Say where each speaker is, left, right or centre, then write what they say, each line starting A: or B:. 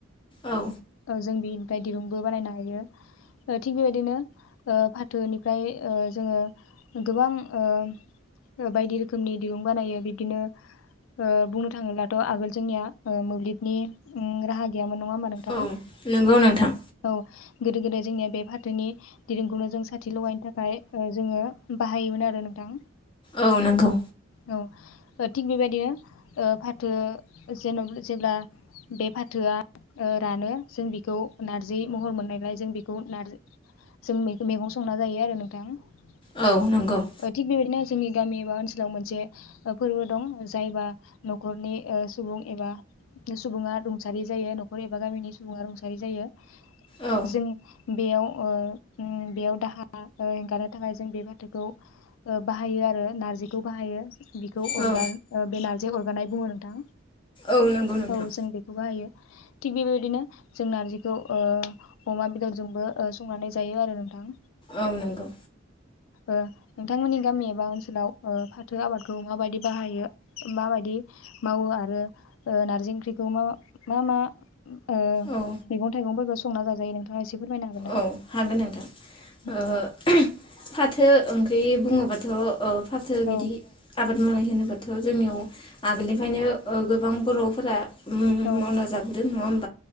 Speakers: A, on the left; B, on the left.
A: औ
B: औ जों बि निफ्राय दिरुंबो बानायनो हायो थिग बेबायदिनो ओ फाथोनिफ्राय ओ जोङो गोबां ओ बायदि रोखोमनि दिरुं बानायो बिदिनो ओ बुंनो थाङोब्लाथ' आगोल जोंनिया मोब्लिबनि ओम राहा गैयामोन। नङा होमबा नोंथां?
A: औ नंगौ नोंथां
B: औ गोदो गोदाय जोंनिया बे फाथोनि दिरुं खौनो जों साथि लगायनो थाखाय ओ जोङो बाहायोमोन आरो। <unintelligible> नोंथां
A: औ नंगौ
B: औ ओ थिग बेबायदिनो ओ फाथो जेन जेब्ला बे फाथोआ ओ रानो जों बेखौ नारजि महर मोननायलाय जों बेखौ नार जों मेगं संना जायो आरो नोंथां। ओ
A: औ नंगौ
B: थिग बेबायदिनो जोंनि गामि एबा ओनसोलाव मोनसे फोरबो दं जायबा न'खरनि ओ सुबुं एबा सुबुङा रुंसारि जायो न'खर एबा गामिनि सुबुङा रुंसारि जायो
A: औ
B: जों बेयाव ओ उम बेयाव दाहा एंगारनो थाखाय जों बे फाथोखौ बाहायो आरो नारजिखौ बाहायो बिखौ
A: औ
B: अरगार ओ बे नार जे अरगारनाय बुङो नोंथां।
A: औ नंगौ नोंथां
B: औ जों बेखौ बाहायो। थिग बेबायदिनो जों नारजिखौ ओ अमा बेदरजोंबो ओ संनानै जायो आरो नोंथां।
A: औ नंगौ।
B: ओ नोंथांमोननि गामि एबा ओनसोलाव ओ फाथो आबादखौ माबायदि बाहायो माबायदि मावो आरो ओ नारजि ओंख्रिखौ मा मा मा? ओ
A: औ
B: मैगं-थाइगंफोरखो संना जाजायो नोंथाङा एसे फोरमायनो हागोन ना?
A: औ हागोन नोंथां
B: औ
A: ओ फाथो ओंख्रि बुङोबाथ' ओ फाथो बिदि
B: औ
A: आबाद मावनाय होनोब्लाथ' जोंनियाव आगोलनिफ्रायनो गोबां बर'फोरा उम
B: औ
A: मावना जाबोदों नङा होम